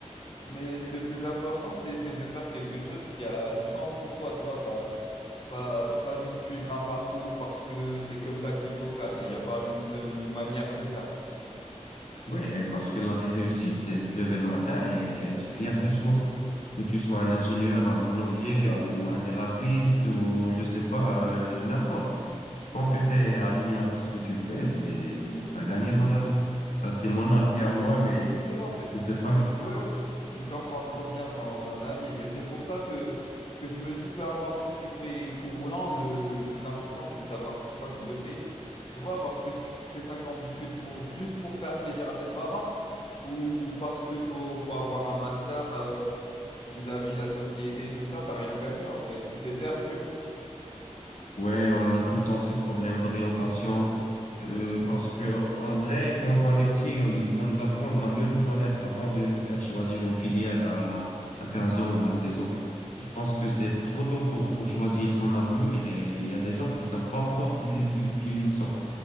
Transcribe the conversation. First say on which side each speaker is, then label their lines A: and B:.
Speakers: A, on the left; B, on the left.
A: Mais et le plus important, c'est c'est de faire quelque chose qui a du sens pour toi, tu vois, ça. Pas, pas juste suivre un parcours parce que c'est comme ça qu'il faut faire. Il n'y a pas une seule manière de faire.
B: ouais, parce que la vraie réussite, c'est se lever le matin et être fier de soi. Que tu sois un ingénieur, un boulanger
A: C'est que ça.
B: ou
A: Oui.
B: un graphiste ou je sais pas, euh, n'importe. Tant que tu es aligné avec ce que tu fais, c'est t'as gagné dans la vie. Ça, c'est mon avis à moi, mais
A: Justement, c'est,
B: je sais pas.
A: c'est, ouais, ouais, je comprends trop bien ton, ton avis, mais c'est pour ça que, que je me dis, peu importe si tu fais cours roulant, le, le plus important, c'est de savoir pourquoi tu le fais. Tu vois, parce que si tu fais 5 ans d'études pour, juste pour faire plaisir à tes parents, ou parce que faut, faut avoir un master euh, vis-à-vis la société et tout ça, t'as rien gagné en vrai, tu t'es perdu.
B: Ouais, on a tout le temps ce problème d'orientation. euh, parce que, en vrai, quand on est petit, il faut nous apprendre à mieux nous connaître avant de nous faire choisir une filière à, à 15 ans ou à 16 ans. Je pense que c'est trop tôt pour, pour choisir son avenir et il y a des gens qui savent pas encore qui, qui, qui ils sont